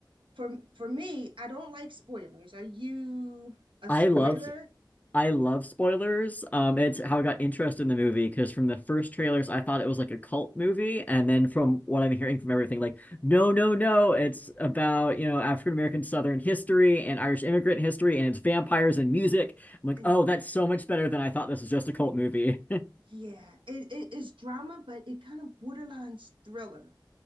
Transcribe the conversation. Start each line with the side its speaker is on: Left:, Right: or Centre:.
Right: for for me, I don't like spoilers. Are you a
Left: I
Right: spoiler?
Left: Oh, loved I love spoilers. Um, it's how I got interested in the movie because from the first trailers, I thought it was like a cult movie, and then from what I'm hearing from everything, like, no, no, no, it's about, you know, African American Southern history and Irish immigrant history, and it's vampires and music. I'm like,
Right: And
Left: oh, that's so much better than I thought this was just a cult movie. <laughs>
Right: yeah, it, it is drama, but it kind of borderlines thriller.